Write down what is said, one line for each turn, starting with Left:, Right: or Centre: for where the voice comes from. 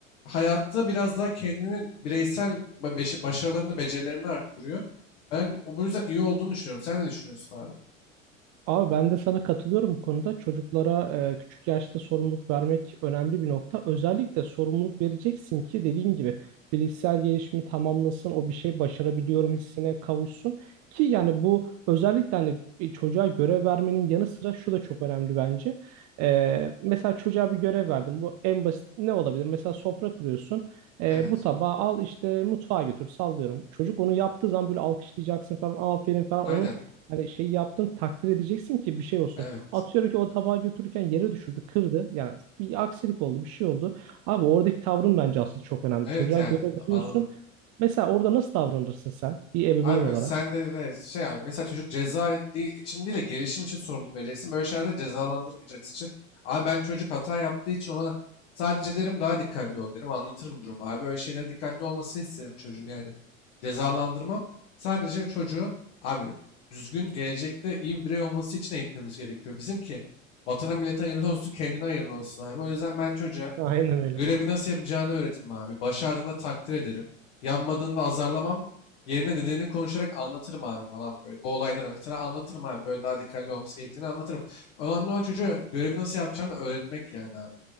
Left: Hayatta biraz daha kendini bireysel ba- beş- başarılarını, becerilerini arttırıyor. Ben o bu yüzden iyi olduğunu düşünüyorum. Sen ne düşünüyorsun abi?
Right: Abi ben de sana katılıyorum bu konuda. Çocuklara e, küçük yaşta sorumluluk vermek önemli bir nokta. Özellikle sorumluluk vereceksin ki dediğin gibi bilişsel gelişimi tamamlasın, o bir şey başarabiliyorum hissine kavuşsun. Ki yani bu özellikle hani bir çocuğa görev vermenin yanı sıra şu da çok önemli bence. E, mesela çocuğa bir görev verdim. Bu en basit ne olabilir? Mesela sofra kuruyorsun. E,
Left: Evet.
Right: bu tabağı al işte mutfağa götür sallıyorum. Çocuk onu yaptığı zaman böyle alkışlayacaksın falan aferin falan.
Left: Aynen.
Right: Onun Hani şey yaptın takdir edeceksin ki bir şey olsun.
Left: Evet.
Right: Atıyorum ki o tabağı götürürken yere düşürdü, kırdı. Yani bir aksilik oldu, bir şey oldu. Abi oradaki tavrın bence aslında çok önemli.
Left: Evet
Right: Çocuğa
Left: yani
Right: göre veriyorsun.
Left: anladım.
Right: Mesela orada nasıl davranırsın sen bir ebeveyn
Left: Abi
Right: olarak?
Left: sen de de şey abi mesela çocuk ceza di- için değil de gelişim için sorumluluk vereceksin. Böyle şeylerde cezalandırmayacaksın için. Abi ben çocuk hata yaptığı için ona sadece derim daha dikkatli ol derim. Anlatırım durumu abi. Böyle şeylere dikkatli olmasını isterim çocuğun yani. Cezalandırmam. Sadece çocuğu abi düzgün gelecekte iyi bir birey olması için eğitmemiz gerekiyor. Bizimki vatana millete hayırlı olsun kendine hayırlı olsun abi. O yüzden ben çocuğa
Right: Aynen öyle.
Left: Görevi nasıl yapacağını öğretirim abi. Başardığında takdir ederim. Yanmadığında azarlamam. Yerine nedenini konuşarak anlatırım abi falan böyle. Bu olaylara mesela anlatırım abi. Böyle daha dikkatli olması gerektiğini anlatırım. Önemli olan çocuğa görevi nasıl yapacağını öğretmek yani abi.